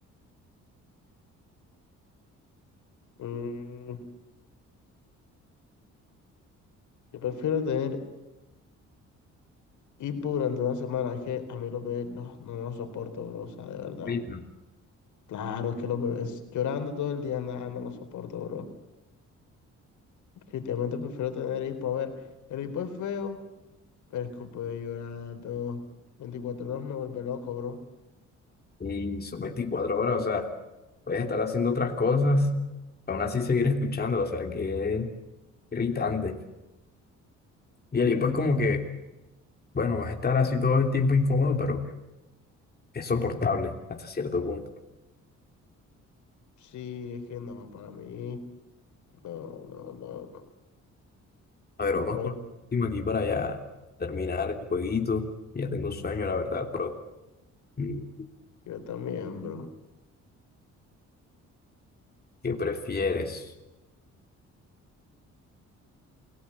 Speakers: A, on the left; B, on the left.
A: Mm, yo prefiero tener hipo durante una semana, es que a mí los bebés no, no los soporto, bro, o sea, de verdad.
B: Ritmo.
A: Claro, es que los bebés llorando todo el día, nada, no los soporto, bro. Definitivamente prefiero tener hipo. A ver, el hipo es feo, pero es que puede llorar todo 24 horas me vuelve loco, bro.
B: Y son veinticuatro horas, o sea, puedes estar haciendo otras cosas, aún así seguir escuchando, o sea, qué irritante. Y el hipo es como que Bueno, vas a estar así todo el tiempo incómodo, pero es soportable hasta cierto punto.
A: Sí, es que no, para mí, no, no, no, no.
B: A ver,
A: no,
B: vamos
A: Bueno,
B: con el último aquí para ya terminar el jueguito. Ya tengo sueño, la verdad, bro. Mm,
A: yo también, bro.
B: ¿Qué prefieres?